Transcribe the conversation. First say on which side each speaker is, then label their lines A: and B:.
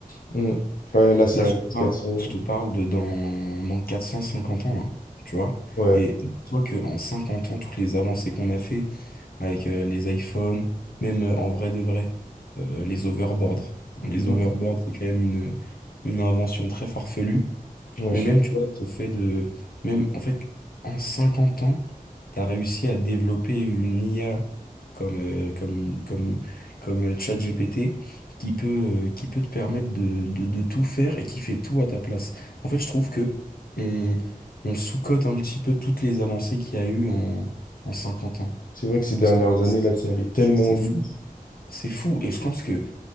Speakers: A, on the left; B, on the left.
A: vois. Mm. Ouais, là, ça
B: Là,
A: reste
B: je te parle,
A: 400 euros.
B: je te parle de dans, dans 450 ans, là. Tu vois?
A: Ouais.
B: Et dis-toi que en 50 ans, toutes les avancées qu'on a fait, avec euh, les iPhones, même euh, en vrai de vrai, euh, les overboards. Les
A: Mm.
B: overboards, c'est quand même une, une invention très farfelue.
A: Ouais,
B: Mais
A: je suis
B: même,
A: d'accord.
B: tu vois, ce fait de... Même, en fait, en 50 ans, t'as réussi à développer une IA comme, euh, comme, comme, comme euh, ChatGPT qui peut, euh, qui peut te permettre de, de, de tout faire et qui fait tout à ta place. En fait, je trouve que on, on sous-cote un petit peu toutes les avancées qu'il y a eu en, en 50 ans.
A: C'est vrai que ces
B: Parce
A: dernières
B: que
A: années, là, c'est allé tellement
B: c'est c'est
A: vite.
B: fou. C'est fou. Et je pense que